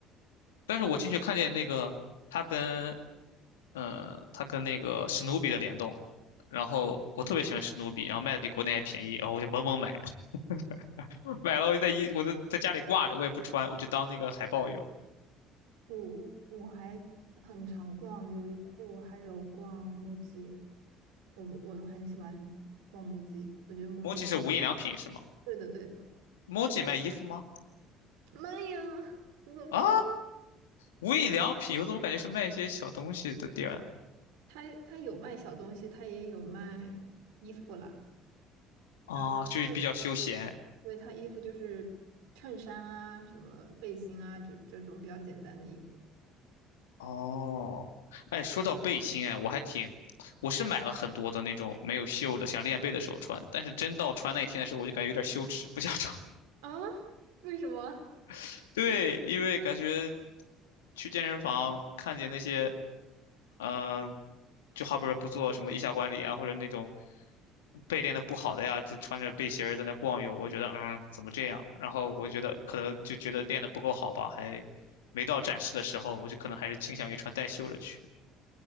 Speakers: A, on the left; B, on the right.
A: 但是我进去看见那个它跟
B: 嗯
A: 呃它跟那个史努比的联动，然后我特别喜欢史努比，
B: 啊，
A: 然后卖的比国内还便宜，然后我就猛猛买，<laughs> 买了我就在衣我就在家里挂着，我也不穿，我就当那个海报用。
B: 我我我还很常逛优衣库，还有逛木 u 我我很喜欢逛木 u 我觉得木
A: m
B: u
A: o c i 是无印良品是吗
B: 对的对的。
A: m o c i 卖衣服吗？
B: 妈呀，你怎么不知？
A: 啊，无印良品，我怎么感觉是卖一些小东西的店呢
B: 它它有卖小东西，它也有卖衣服啦。
A: 啊，
B: 然后他
A: 就是比较休闲。
B: 对他衣服就是衬衫啊、什么背心啊，就这种比较简单的衣服。
A: 哦，哎，说到背心，哎，我还挺，我是买了很多的那种没有袖的，想练背的时候穿，但是真到穿那一天的时候，我就感觉有点羞耻，不想穿。
B: 啊？为什么？
A: <laughs> 对，因为感觉去健身房看见那些，嗯，就好比说不做什么腋下管理啊，或者那种背练的不好的呀，就穿着背心儿在那逛悠，我觉得嗯，怎么这样？然后我觉得可能就觉得练的不够好吧，还没到展示的时候，我就可能还是倾向于穿带袖的去。